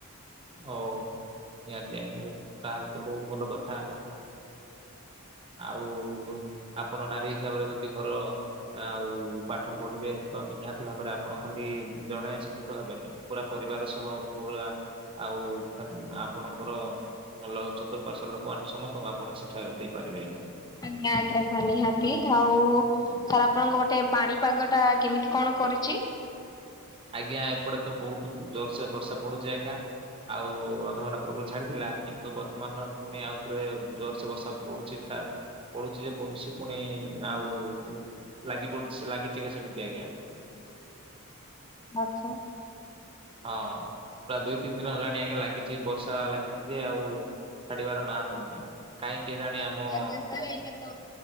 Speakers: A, on the right; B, on the left.
A: ହଉ ନିହାତି ଆଜ୍ଞା ତାହେଲେ ତ ବହୁତ ଭଲ କଥା। ଆଉ ଆପଣ ନାରୀ ହିସାବରେ ଯଦି ଘର ଆଉ ପାଠ ପଢିବେ ତ ନିହାତି ଭାବରେ ଆପଣ ଖାଲି ଜଣେ ଶିକ୍ଷିତ ହେବେନି। ପୁରା ପରିବାର ସହ ପୁରା ଆଉ ଆପଣଙ୍କର ଭଲ ଚତୁର୍ଃପାର୍ଶ୍ଵ ଲୋକମାନେ ସମସ୍ତଙ୍କୁ ଆପଣ ଶିକ୍ଷା ଦେଇ ପାରିବେ ଆ।
B: ଆଜ୍ଞା ଆଜ୍ଞା ନିହାତି ଆଉ ସାର୍ ଆପଣଙ୍କ ଗୋଟେ ପାଣିପାଗ ଟା କେମିତି କଣ କରିଛି?
A: ଆଜ୍ଞା ଏପଟେ ତ ବହୁତ ଜୋରସେ ବର୍ଷା ପଡୁଛି ଏକା। ଆଉ ଅଧଘଣ୍ଟା ପ୍ରବଳ ଛାଡିଥିଲା କିନ୍ତୁ ବର୍ତ୍ତମାନ ପୁଣି ଆଉ ଥରେ ଜୋର ସେ ବର୍ଷା ପଡୁଛି ପଢୁଛି ଯେ ପଢୁଛି ପୁଣି ଆଉ ଲାଗି ପ ଲାଗିଛି କେ ସେମିତି ଆଜ୍ଞା
B: ଆଚ୍ଛା
A: ହଁ ପୁରା ଦୁଇ ତିନି ଦିନ ହେଲାଣି ଆଜ୍ଞା ଲାଗିଛି ବର୍ଷା ଲାଗିଛି ଯେ ଆଉ ଛାଡି। ବାର ନାଁ ନଉନି କାହିଁକି କେଜାଣି
B: ଆଜ୍ଞା
A: ଆମ
B: ସାର୍ ଏଇଟା ତ